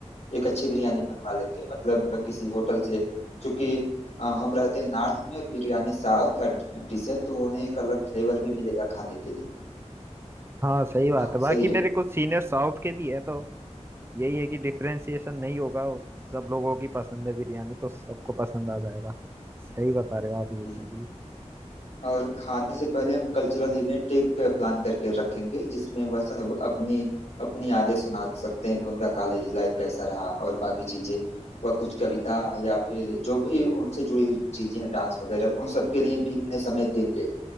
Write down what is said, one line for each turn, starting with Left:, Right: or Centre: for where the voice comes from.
Left: एक अच्छी बिरयानी बनवा लेंगे मतलब किसी होटल से क्योंकि अ, हम रहते हैं नॉर्थ में और बिरयानी साउथ का डिश है तो उन्हें एक अलग फ्लेवर भी मिलेगा खाने के लिए
Right: हाँ सही बात
Left: ना
Right: है बाकी
Left: सही
Right: मेरे कुछ सीनियर साउथ के भी है तो यही है कि डिफरेंशिएशन नहीं होगा वो सब लोगों की पसंद है बिरयानी तो सबको पसंद आ जाएगा सही बता रहे हो आप ये
Left: रहे
Right: चीज भी
Left: और खाने से पहले हम कल्चरल इवेंट एक प्लान करके रखेंगे जिसमें वह सब अपनी अपनी यादें सुना सकते हैं कि उनका कॉलेज लाइफ कैसा रहा और बाकी चीजें वह कुछ कविता या फिर जो भी उनसे जुड़ी हुई चीजें डांस वगैरह उन सब के लिए भी उन्हें समय देंगे